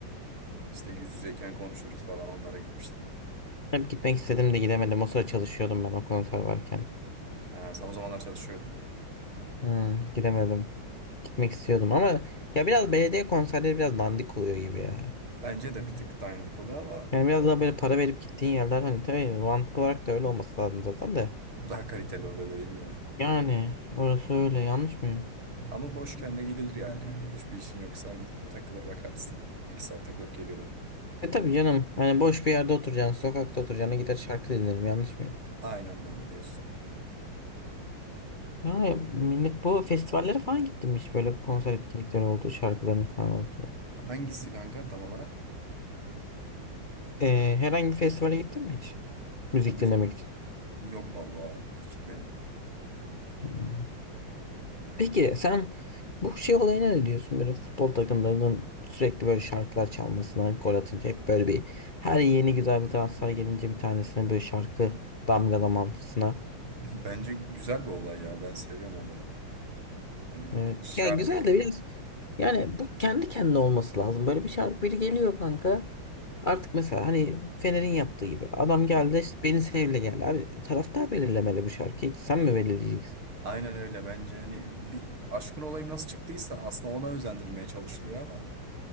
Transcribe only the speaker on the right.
İşte yüz yüzeyken konuşuruz falan onlara gitmiştim.
Ha, sen o zamanlar çalışıyordun. Değil mi?
Bence de bir tık dandik oluyor ama
daha kaliteli oluyor dediğim gibi.
Ama boşken de gidilir yani. Yani hiçbir işin yoksa gidip takılır bakarsın. Bir iki saat takılıp geliyorduk.
Aynen doğru diyorsun.
Hangisi kanka tam olarak?
Ya müzik
yok valla Hiç gitmedim.
Öyle yani.
<laughs> Bence güzel bir olay ya. Ben seviyorum olayı. Hani
şarkı
aynen öyle bence hani bir aşkın olayı nasıl çıktıysa aslında ona özendirilmeye çalışılıyor ama